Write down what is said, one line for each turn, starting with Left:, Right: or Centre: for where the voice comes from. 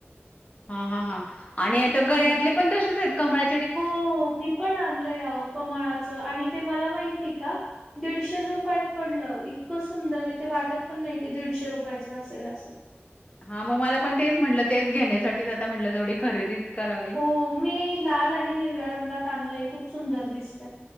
Left: हा हा हा. आणि आता गळ्यातले
Centre: हम्म
Left: पण तसेचे. कमळा
Centre: हो, मी पण आणलं आओ. कमाळाचं आणि ते मला माहितीय का? दीडशे रुपयात पडलं. इतकं सुंदरे ते वाटत पण नाही की, दीडशे रुपयाचं असेल असं.
Left: हा म मला पण तेच म्हटलं. तेच घेण्यासाठीच आता म्हटलं थोडी खरेदी करावी.
Centre: हो मी लाल आणि हिरव्या रंगात आणलय. खूप सुंदर दिसतंय.